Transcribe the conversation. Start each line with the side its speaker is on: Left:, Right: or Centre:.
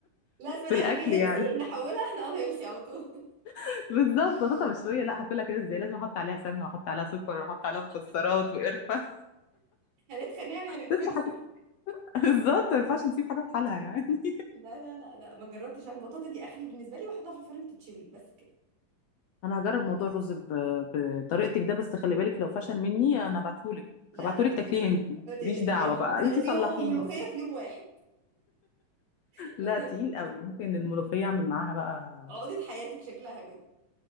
Right: لازم اي
Left: في الاكل
Right: حاجه هيلسي
Left: يعني
Right: نحولها احنا انا هيلسي على طول
Left: <laughs> بالظبط بطاطا مشويه لا هاكلها كده ازاي لازم احط عليها سمنه واحط عليها سكر واحط عليها مكسرات وقرفه
Right: <laughs> هنتخن يعني هنتخن
Left: <laughs> بالظبط ما ينفعش نسيب حاجه في حالها يعني
Right: <laughs> لا لا لا لا ما جربتش انا البطاطا دي اخري بالنسبه لي واحطها في الفرن تتشوي بس كده
Left: انا هجرب موضوع الرز ب... بطريقتك ده بس خلي بالك لو فشل مني انا هبعتهولك
Right: لا
Left: هبعتهولك
Right: لا ما تقلقيش
Left: تاكليه انت
Right: ما تقلقي
Left: ماليش دعوه
Right: جربي
Left: بقى
Right: جربيه
Left: انت صلحيني
Right: هو والملوخيه في يوم واحد <laughs> لازم
Left: لا تقيل
Right: تج-
Left: قوي ممكن الملوخيه اعمل معاها بقى
Right: عقده حياتك شكلها كده